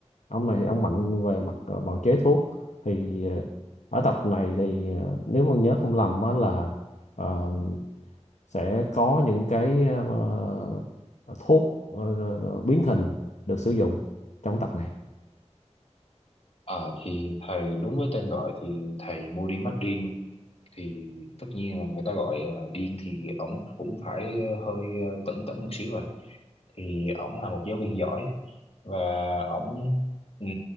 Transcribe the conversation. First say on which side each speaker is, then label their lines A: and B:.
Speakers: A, on the left (about 75°); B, on the left (about 50°).
A: ông này ông mạnh về mặt ờ, bào chế thuốc thì ờ, ở tập này thì ờ, nếu mà nhớ không lầm á là ờ, sẽ có những cái ờ, ờ, thuốc ờ, ờ, ờ, biến hình được sử dụng trong tập này
B: Ờ thì thầy đúng với tên gọi thì thầy Moody Martin thì tất nhiên là người ta gọi là điên thì ổng cũng phải ờ, hơi ờ, tẩn tẩn một xíu rồi thì ổng là một giáo viên giỏi và ổng ừm,